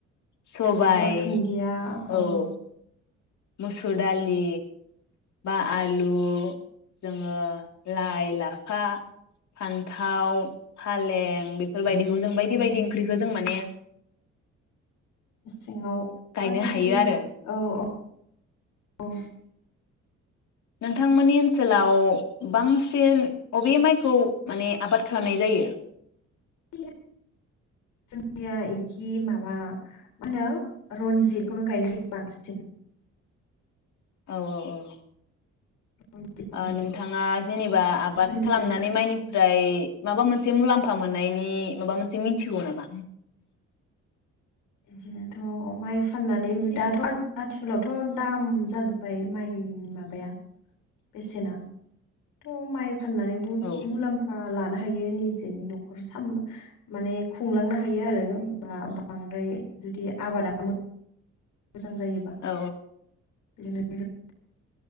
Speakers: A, on the left; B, on the left.
A: सबाय
B: बेसर थुन्दिया ओ
A: औ मुसुर दालि बा आलु जोङो लाइ लाफा, फान्थाव, फालें बेफोरबायदिखौ जों बायदि फोर बायदि ओंख्रिखो जों माने
B: सिङाव
A: गायनो
B: आजिखालि
A: हायो आरो
B: औ औ औ
A: नोंथांमोननि ओनसोलाव बांसिन अबे माइखौ माने आबाद खालामनाय जायो।
B: <inaudible> जोंनिया इखि माबा मा होनो रनजितखौनो गायनायजायो बांसिन
A: औ औ औ
B: रनजित
A: ओ
B: माइ
A: नोंथाङा जेनेबा आबाद
B: बुजि मोनोना
A: खालामनानै माइनिफ्राय माबा मोनसे मुलाम फा मोननायनि माबा मोनसे मिन थिगौ नामा
B: बिदिनोथ माइ फाननानै <unintelligible> दाथ आथिखालावथ दाम जाजोब्बाय माइनि माबाया बेसेना थ' माइ फाननानै बुहुत
A: औ
B: मुलाम्फा बा लानो हायो निजिनि न'खर साम माने खुंलांनो हायो आरो बा बांद्राय जुदि आबादा <unintelligible> मोजां जायोबा
A: औ
B: बिदिनो <unintelligible>